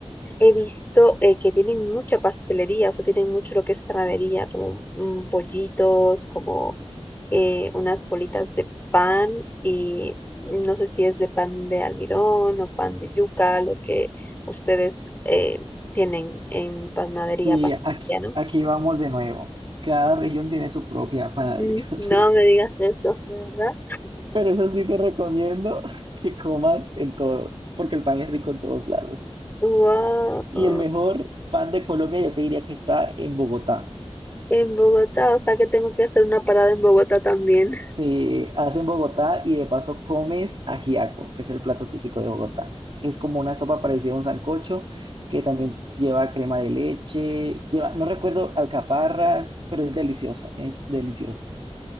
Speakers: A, on the left (about 15°); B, on the right (about 50°).
A: He visto eh, que tienen mucha pastelería, o sea, tienen mucho lo que es panadería, como mm, bollitos, como eh, unas bolitas de pan y no sé si es de pan de almidón o pan de yuca, lo que ustedes eh, tienen en panadería,
B: Sí,
A: pastelería,
B: aquí,
A: ¿no?
B: aquí
A: <laughs>
B: vamos de nuevo. Cada región tiene su propia panadería.
A: Mm,
B: <laughs>
A: No
B: sí.
A: me digas eso, de verdad.
B: Pero eso sí te recomiendo <laughs> que comas en todos, porque el pan es rico en todos lados.
A: Wow.
B: Y el mejor pan de Colombia yo te diría que está en Bogotá.
A: En Bogotá, o sea que tengo que hacer una parada en Bogotá también.
B: se hace en Bogotá y de paso comes ajiaco, que es el plato típico de Bogotá. Es como una sopa parecida a un sancocho que también lleva crema de leche, lleva, no recuerdo, alcaparras, pero es delicioso, es delicioso.